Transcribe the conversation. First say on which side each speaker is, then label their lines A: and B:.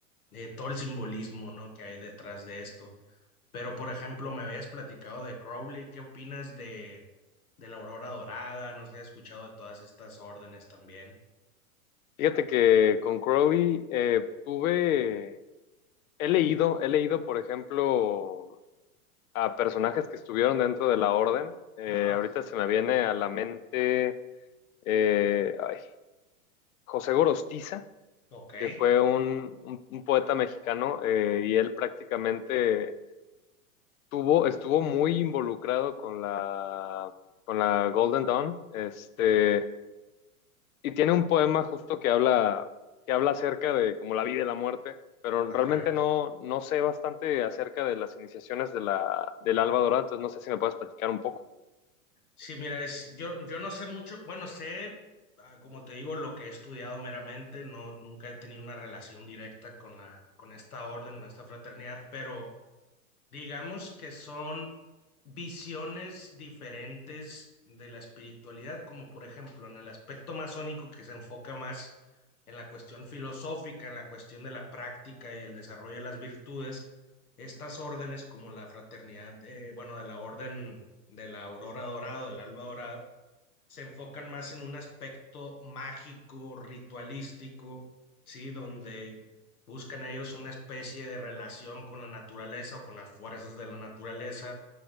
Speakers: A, on the left; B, on the left.
A: eh, todo el simbolismo, ¿no? que hay detrás de esto. Pero, por ejemplo, me habías platicado de Crowley, ¿qué opinas de, de la Aurora Dorada? No sé si has escuchado de todas estas órdenes también.
B: Fíjate que con Crowley eh, tuve, he leído, he leído, por ejemplo, a personajes que estuvieron dentro de la orden. Eh,
A: Ajá,
B: ahorita se me viene a la mente eh, ay, José Gorostiza.
A: ok.
B: que fue un, un, un poeta mexicano eh, y él prácticamente tuvo, estuvo muy involucrado con la, con la Golden Dawn. Este,
A: Sí.
B: y tiene un poema justo que habla, que habla acerca de como la vida y la muerte, pero
A: Ah,
B: realmente
A: caray.
B: no, no sé bastante acerca de las iniciaciones de la, del Alba Dorada, entonces no sé si me puedes platicar un poco.
A: Sí, mira, es, yo, yo no sé mucho, bueno, sé, ah, como te digo, lo que he estudiado meramente, no, nunca he tenido una relación directa con la, con esta orden, con esta fraternidad, pero Digamos que son visiones diferentes de la espiritualidad, como por ejemplo en el aspecto masónico que se enfoca más en la cuestión filosófica, en la cuestión de la práctica y el desarrollo de las virtudes, estas órdenes como la fraternidad, de- bueno, de la orden de la aurora dorada, del alba dorada, se enfocan más en un aspecto mágico, ritualístico, ¿sí? Donde Buscan ellos una especie de relación con la naturaleza o con las fuerzas de la naturaleza.